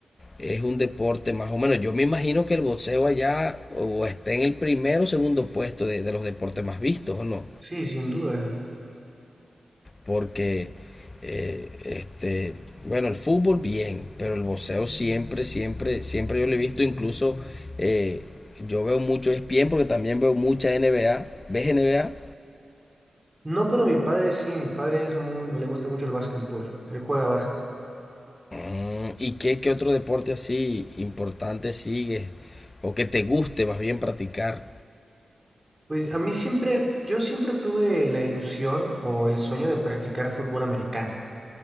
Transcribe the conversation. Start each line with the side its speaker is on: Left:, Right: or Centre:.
Left: es un deporte más o menos. Yo me imagino que el boxeo allá o está en el primero o segundo puesto de, de los deportes más vistos, ¿o no?
Right: Sí, sin duda.
Left: Porque, eh, este, bueno, el fútbol bien, pero el boxeo siempre, siempre, siempre yo lo he visto. Incluso eh, yo veo mucho ESPN porque también veo mucha NBA. ¿Ves NBA?
Right: No, pero mi padre sí, mi padre es muy, le gusta mucho el básquetbol, él juega básquet.
Left: Mm, ¿Y qué, qué otro deporte así importante sigues? O que te guste más bien practicar.
Right: Pues a mí siempre, yo siempre tuve la ilusión o el sueño de practicar fútbol americano,